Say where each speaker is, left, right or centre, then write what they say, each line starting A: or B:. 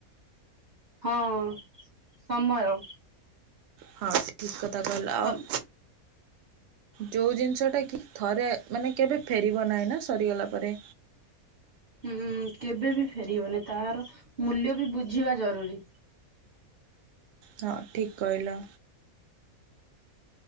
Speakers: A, on the right (about 35°); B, on the right (about 60°).
A: ହଁ ସମୟ।
B: ହଁ ଠିକ୍ କଥା କହିଲ ଆଉ?
A: ତ
B: ଯୋଉ ଜିନିଷ ଟା କି ଥରେ ମାନେ କେବେ ଫେରିବ ନାହିଁ ନା ସରିଗଲା ପରେ।
A: ଉଁ କେବେ ବି ଫେରିବନି ତାର ମୂଲ୍ୟ ବି ବୁଝିବା ଜରୁରୀ।
B: ହଁ ଠିକ୍ କହିଲ।